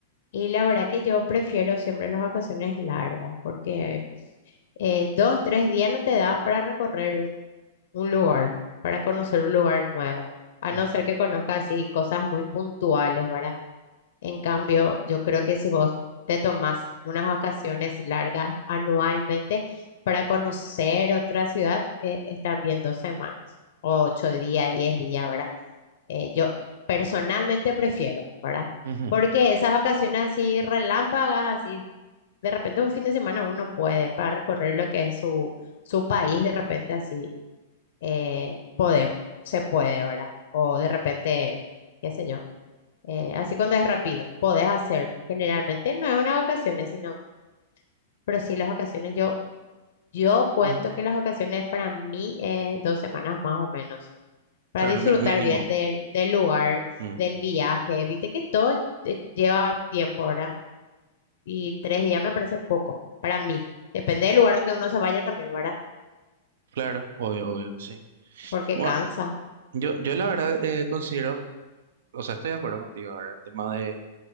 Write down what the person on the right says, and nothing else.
Ujú,
ujú,
ujú.
Claro,
mi- mínimo.
Mm,
claro, obvio, obvio, sí.
Bueno,
yo, yo la verdad eh, considero, o sea, estoy de acuerdo contigo ahora, el tema de